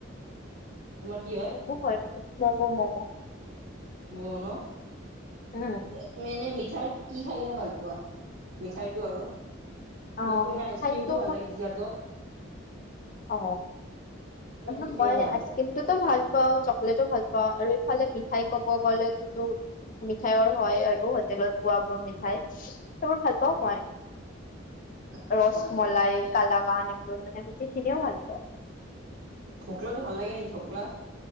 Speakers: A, on the right; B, on the left.
A: তোমাৰ কি হয়।
B: ম'ম' হয় মোৰ মম মম,
A: মম‌ ন <unintelligible>
B: উম।
A: তুমি এনে মিঠাই কি খাই কিনে ভাল পোৱা মিঠাইটো আৰু
B: অ'
A: মোৰ তো
B: মিঠাইতো
A: এনে আইচ ক্ৰীমটো ভাল লাগে দিজাৰ তত,
B: অহ
A: কি খাই
B: মই
A: কিনে ভাল
B: আইচ
A: পোৱা?
B: ক্ৰীমটটো ভাল পাওঁ। চকলেটো ভাল পাওঁ আৰু ইফালে মিঠাই কব গলে যোনটো। মিঠাইৰ হয় আৰু হোটেলত পোৱাবোৰ মিঠাই সেইবোৰ ভাল পাওঁ মই,
A: আচ্ছা
B: ৰসমলাই কালাগান এইবোৰ মানে এইখিনিও ভাল পাওঁ।
A: ধোকলাটো ভাল লাগে নেকি ধোকলা,